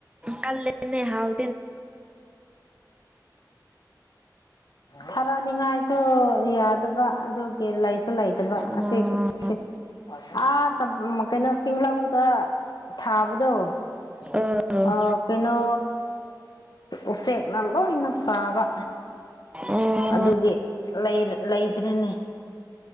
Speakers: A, on the right; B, on the left.
A: ꯀꯜꯂꯦꯅꯦ ꯍꯥꯥꯎ
B: <unintelligible> ꯊꯔꯥꯅꯤꯡꯉꯥꯏꯁꯨ ꯌꯥ ꯗꯕ ꯑꯗꯨꯒꯤ ꯂꯩꯁꯨ ꯂꯩꯇꯕ
A: ꯑꯣ
B: ꯑꯁꯤ <unintelligible> ꯑꯥ ꯇꯝ ꯀꯩꯅꯣ ꯆꯤꯡꯂꯧꯗ ꯊꯥꯕꯗꯣ
A: ꯑꯣ
B: ꯑ ꯀꯩꯅꯣ ꯎꯆꯦꯛꯅ ꯂꯣꯏꯅ ꯆꯥꯕ
A: ꯑꯣ
B: ꯑꯗꯨꯒꯤ ꯂꯩꯔ ꯂꯩꯇ꯭ꯔꯦꯅꯦ